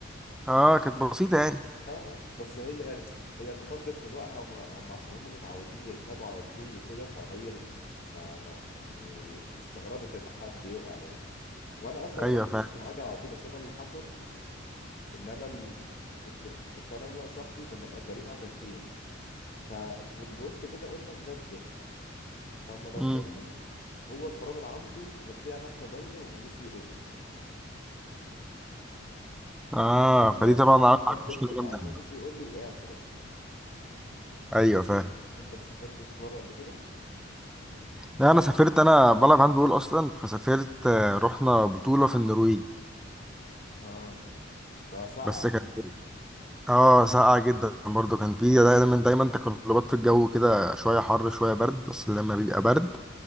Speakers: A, in the centre; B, on the left.
A: اه كانت بسيطه يعني
B: اه بس هي يعني هي اتخضت من وقعها هم, هم عشان هم متعودين يركبوا على طول وكده فهي ما, ما يعني استغربت ان حد يقع يعني وانا اصلا
A: ايوه
B: بعرف اركب عجل على طول بس انا اللي حصل ان انا ال... كنت كنت انا وصاحبي كنا مأجرين عجلتين ففي الوسط كده قلنا نبدل فلما بدلنا
A: فاهم
B: هو الفرامل عنده كان فيها ناحية بايظة ونسي يقول لي
A: اه
B: آه،
A: فدي طبعا
B: أنا
A: عملت
B: لما
A: معاك
B: بدلت
A: مشكله
B: معاه
A: جامده
B: هو
A: أوي.
B: نسي يقول لي وقعت بقى
A: ايوه فاهم
B: أنت ما سافرتش بره قبل كده؟
A: لا انا سافرت انا بلعب هاند بول اصلا فسافرت آه، رحنا بطوله في النرويج
B: آه ده ساقعة
A: بس كانت
B: دي
A: اه ساقعه جدا برضو كان في دايما دايما تقلبات في الجو كده شويه حر شويه برد بس لما بيبقى برد